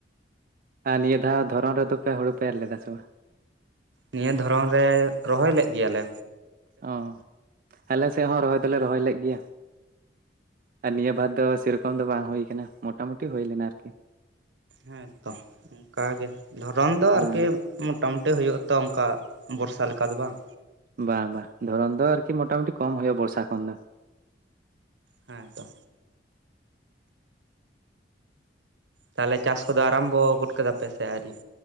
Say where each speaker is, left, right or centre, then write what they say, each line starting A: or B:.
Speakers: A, on the right; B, on the right.
A: ᱟᱨ ᱱᱤᱭᱟᱹ ᱫᱷᱟᱣ ᱫᱷᱚᱨᱚᱱ ᱨᱮᱫᱚ ᱯᱮ ᱦᱳᱲᱳ ᱯᱮ ᱮᱨ ᱞᱮᱫᱟ ᱥᱮ ᱵᱟᱝ?
B: ᱱᱤᱭᱟᱹ ᱫᱷᱚᱨᱚᱱ ᱨᱮ ᱨᱚᱦᱚᱭ ᱞᱮᱫ ᱜᱮᱭᱟ ᱞᱮ
A: ᱚ, ᱟᱞᱮ ᱥᱮᱜ ᱦᱚᱸ ᱨᱚᱦᱚᱭ ᱫᱚᱞᱮ ᱨᱚᱦᱚᱭ ᱞᱮᱜ ᱜᱮᱭᱟ ᱟᱨ ᱱᱤᱭᱟᱹ ᱵᱟᱨ ᱫᱚ ᱥᱮᱨᱚᱠᱚᱢ ᱫᱚ ᱵᱟᱝ ᱦᱳᱭ ᱠᱟᱱᱟ ᱢᱚᱴᱟ-ᱢᱩᱴᱤ ᱦᱳᱭ ᱞᱮᱱᱟ ᱟᱨᱠᱤ
B: ᱦᱮᱸ ᱛᱚ ᱚᱝᱠᱟᱜᱮ, ᱫᱷᱚᱨᱚᱱ ᱫᱚ
A: ᱦᱮᱸ
B: ᱟᱨᱠᱤ ᱢᱚᱴᱟᱢᱩᱩᱴᱤ ᱦᱳᱭᱳᱜᱼᱟ ᱛᱚ ᱚᱱᱠᱟ ᱵᱚᱨᱥᱟ ᱞᱮᱠᱟ ᱫᱚ ᱵᱟᱝ
A: ᱵᱟᱝ ᱵᱟᱝ ᱫᱷᱚᱨᱚᱱ ᱫᱚ ᱟᱨᱠᱤ ᱢᱚᱴᱟᱟᱢᱩᱴᱤ ᱠᱚᱢ ᱦᱩᱭᱩᱜᱼᱟ, ᱵᱚᱨᱥᱟ ᱠᱷᱚᱱ ᱫᱚ
B: ᱦᱮᱸ ᱛᱚ ᱛᱟᱦᱚᱞᱮ ᱪᱟᱥ ᱠᱚᱫᱚ ᱟᱨᱟᱢᱵᱚ ᱜᱚᱫ ᱠᱟᱫᱟ ᱥᱮ ᱟᱹᱣᱨᱤ᱾